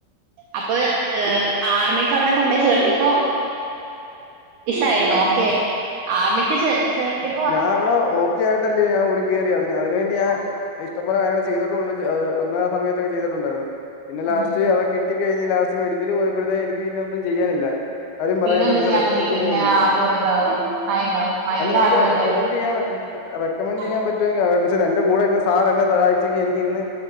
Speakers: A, on the right; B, on the left.
A: അപ്പൊ ഏ ആർമിക്ക് അവിടെ കൊണ്ടയി ചേർത്തിയപ്പോ ഇഷ്ട്ടായിരുന്നോ
B: ഏഹ്
A: ഓക്കെ ആർമിക്ക് ചേർ ചേർത്തിയ
B: ഞാൻ അവിടെ ഓക്ക ആയിട്ടല്ലേ ഞാൻ ഓടി കയറിയെ അതിന്. അതിനുവേണ്ടി ഞാൻ
A: ആ
B: ഇഷ്ടംപോലെ അയാള് ചെയ്തിട്ടുണ്ട്. ചെ അത അന്ന സമയത്തൊക്കെ ചെയ്തിട്ടുണ്ടായിരുന്നു. പിന്നെ ലാസ്റ്റ്
A: ഉം
B: അതൊക്കെ ഇ കിട്ടി കഴിഞ്ഞ് ലാസ്റ്റ് മെഡിക്കല് പോയപ്പോഴത്തേക്കും എനിക്ക് പിന്ന ഒന്നും ചെയ്യാനില്ല. ആരും പറയാനില്ല
A: പിന്നെ ഒന്നും
B: നമുക്ക് റെക്കമെന്ഡ്
A: പറ്റില്ല പിന്നെ
B: ചെയ്യാൻ അറിയില്ല.
A: ആകെ ഒരിതാവും ആയിണ്ടാവും മൈൻഡ്
B: അല്ല നമുക്ക്
A: ആകെ ഒരിതായിണ്ടാവും
B: റെക്കമെന്റ് ചെയ്യാൻ വരട്ടെ റെക്കമെന്റ്
A: ആ
B: ചെയ്യാൻ പറ്റോങ്കി അവര്ടെ ച്ചതിന് എന്റെ കൂടെ ഇന്ന് സാർ എന്നെ സഹായിച്ചെങ്കി എനിക്ക് ഇന്ന്